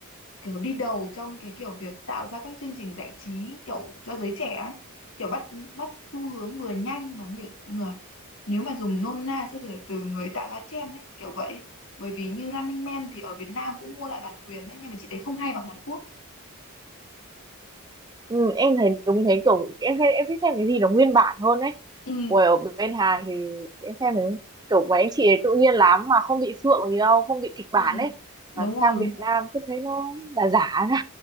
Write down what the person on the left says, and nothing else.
kiểu đi đầu trong cái kiểu việc tạo ra các chương trình giải trí kiểu cho giới trẻ ấy kiểu bắt bắt xu hướng vừa nhanh mà nhiều người nếu mà dùng nôm na sẽ là từ người tạo ra trend ấy kiểu vậy bởi vì như Running Man thì ở Việt Nam cũng mua lại bản quyền đấy nhưng mà chị thấy không hay bằng Hàn Quốc
ừ
ừ
đúng rồi
đúng